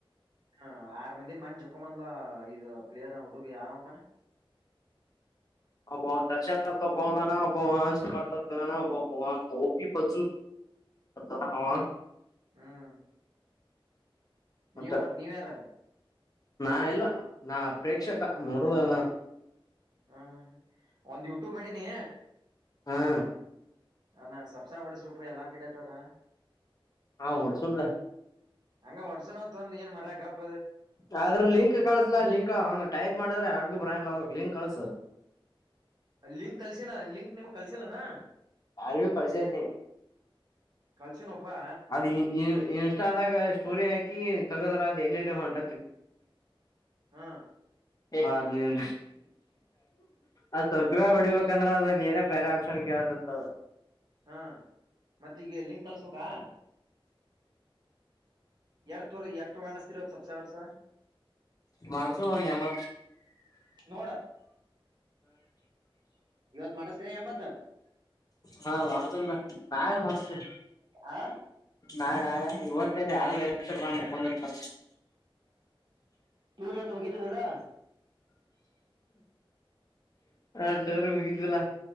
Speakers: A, on the right (about 50°); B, on the left (about 40°).
A: ಹ ಆರ್ ಮಂದಿನ್ ಮನ್ ಜಕ್ಕೊಂಬದಲಾ ಐದ ಪ್ಲೇರ್ ಹುಡುಗಿ ಯಾವ ಹ
B: ಹಬ ದರ್ಶನ ಬುದಾನಬ್ಬ ಸಮರ್ಥಬ ಒಪ್ಪಿ ಪು ಅ ಹ
A: ಹ್ಮ್ ನೀವ್
B: ಮತ್ತ
A: ಮತ್ ನೀವ್ ಯಾರ
B: ನಾ ಎಲ್ಲ ನಾ ಪ್ರೇಕ್ಷಕ ನೋಡುವಲ್ಲ
A: ಹ್ಮ್ ಹ್ಮ್ ಹ ಒಂದ್ ಯೂಟ್ಯೂಬ್ ಮಾಡ ನೀಿ
B: ಹಾ
A: ಅ ನ ಸಪ್ಸಾ ಹೊಡಸ ರೂಪ ಎಲ್ಲಾರ್ ಕಡೆ ತಾಗ
B: ಹಾ ಹೊಡಸನ್ನಲ್
A: ಹಂಗ ಹೊಡ್ಸುನತ್ ಒಂದ ಏನ್ ಮರ್ಯಗಪ್ಪ
B: ಆದ್ರ ಲಿಂಕ್ ಕಳಿಸಲಾ ಲಿಂಕ್ ಹಂಗ ಟೈಪ್ ಮಾಡಿದ್ರೆ ಅಗ್ಗ ಬ್ರಲ್ಲ್ರ ಇಂಕ ಕಳಸ
A: ಲಿಂಕ್ ಕಲ್ಸನಾ ಲಿಂಕ್ ನಿಮಗ್ ಕಲ್ಸಿಲ್ಲನಾ
B: ಹಾರಿ ಕಸ ನೀ
A: ಕಲ್ಸಿನಪ್ಪಾ
B: ಅದ್ ಇನ್ಸ್ಟಾದಾಗ ಸ್ಟೋರಿ ಹಾಕಿ ತಗೋದ್ರ ಅದು ಎಲ್ಲೆಲ್ಲಿ ಹೊಂಟ
A: ಹ್ಮ
B: ಹ ನಿನ್ ಅದ್ ಸ್ವಲ್ಪ ಹೊಡಿಬೇಕಂದ್ರೆ ಅದ ನೀಏನೇ ಬೇರೆ ಆಪ್ಷನ್ಗೆ ಆತ ಹಕಳ್
A: ಹಾ ಮತ್ತ ಈಗ ಲಿಂಕ್ ಕಲ್ಸ್ಬೇಕಕ ಎರ ತೂರ್ ಎರ ಮಾಡಸ್ತಿರದ ಸಪ್ಸ ವರ್ಸ
B: ಮಾಡ್ಸ ನ ನಮ್ಮ
A: ನೋಡ ಇವತ್ ಮಾಡಸ್್ರೀ ಎಂಬತ್
B: ಹಾ ಮಾಡ್ತಂದ ನಾವೇ ಮಾಡಸ್ತೇ
A: ಆ
B: ನಾಳೆ ನಾಳೆ ಇವತ್ತ ಯಾರು ಹೇಳ್ತ ಮುಕೊಂಡ ಇರ್ತ
A: ಟೂರ್ ಇವತ್ ಹೋಗಿದ್ರಲ್ಲ
B: ಆಟವರು ಹೋಗಿದ್ವಲ್ಲಾ